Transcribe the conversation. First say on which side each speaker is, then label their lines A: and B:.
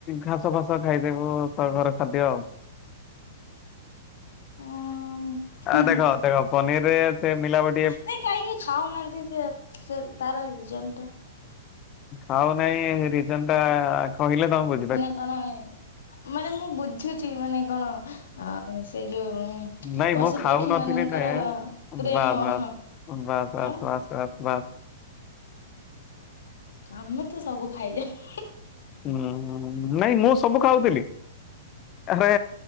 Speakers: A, on the left; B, on the left.
A: ଘାସ ଫାସ ଖାଇଦେବୁ ତଘର ଖାଦ୍ୟ ଆଉ।
B: ଉଁ ହୁଁ
A: ଆ
B: ହୁଁ
A: ଦେଖ ଦେଖ ପନିରିରେ ସେ ମିଲାବଟ୍
B: ନାଇଁ କାହିଁକି ଖାଉନାହାନ୍ତିଯେ ସେ ତାର ରଜନ୍ ଟା?
A: ଖାଉନାଇଁ ରିଜନଟା କହିଲେ ତମେ ବୁ
B: ମାନେ କଣ ମାନେ ମୁଁ ବୁଝୁଚି ମାନେ କଣ ସେ ଯୋଉ
A: ନାଇଁ
B: ପଶୁ
A: ମୁଁ ଖାଉନଥିଲି
B: ପକ୍ଷୀ ମାନଙ୍କର
A: ନୁହେଁ
B: ପ୍ରେମ
A: ବାସ୍ ବାସ୍।
B: ହଁ।
A: ବାସ୍ ବାସ୍
B: ଆଁ
A: ବାସ୍ ବାସ୍ ବାସ୍।
B: ଆମେତ ସବୁ ଖାଇଯାଉ।
A: ହୁଁ ନାଇଁ ମୁଁ ସବୁ ଖାଉଥିଲି ଆରେ